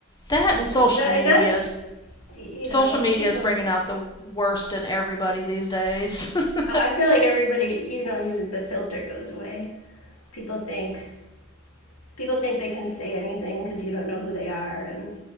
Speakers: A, on the left; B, on the left.
A: that
B: and
A: and social
B: so
A: media
B: that's,
A: is
B: you
A: social
B: know, it's
A: media
B: people's,
A: is bringing out the worst in everybody these days. <laughs>
B: oh, I feel like everybody, you know, you, the filter goes away people think people think they can say anything because you don't know who they are and